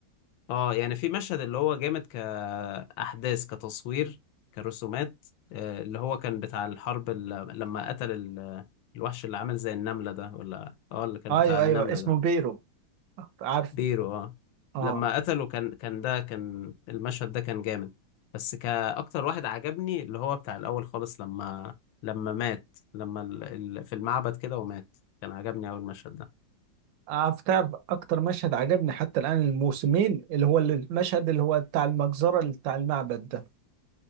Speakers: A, on the left (about 85°); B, on the right (about 80°).
A: اه يعني في مشهد اللي هو جامد كاحداث كتصوير كرسومات آه، اللي هو كان بتاع الحرب اللي... لما قتل ال... الوحش اللي عمل زي النملة ده ولا اه اللي كان
B: ايوه
A: بتاع النمل
B: ايوه اسمه
A: ده
B: بيرو عارفه
A: بيرو اه
B: اه
A: لما قتله كان كان ده كان المشهد ده كان جامد بس كأكتر واحد عجبني اللي هو بتاع الأول خالص لما لما مات لما ال... ال... في المعبد كده ومات كان عجبني أول المشهد ده
B: عارف تعرف اكتر مشهد عجبني حتى الان الموسمين اللي هو المشهد اللي هو بتاع المجزرة اللي بتاع المعبد ده